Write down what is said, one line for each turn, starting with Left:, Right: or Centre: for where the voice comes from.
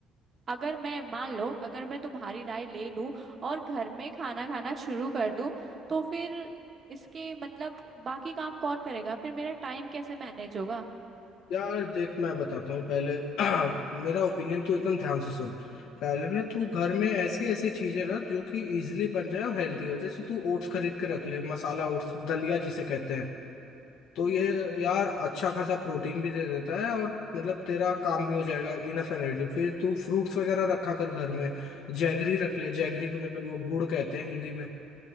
Right: अगर मैं मान लो अगर मैं तुम्हारी राय ले लूं और घर में खाना खाना शुरू कर दूं तो फिर इसके मतलब बाकी काम कौन करेगा फिर मेरा टाइम कैसे मैनेज होगा
Left: यार देख मैं बताता हूँ पहले <clears throat> मेरा ओपिनियन तू एकदम
Right: हम्म
Left: ध्यान से सुन पहले ना तू
Right: हम्म
Left: घर में ऐसी ऐसी चीजें रख जो कि इजीली बन जाए और हेल्दी हो जैसे तू ओट्स खरीद के रख ले मसाला ओट्स दलिया जिसे कहते हैं तो
Right: हम्म
Left: ये यार अच्छा खासा प्रोटीन भी दे देता है और मतलब तेरा काम भी हो जाएगा इनफ एनर्जी फिर तू फ्रूट्स वगैरह रखा कर घर में जैगरी रख ले जैगरी को मतलब वो गुड़ कहते हैं हिंदी में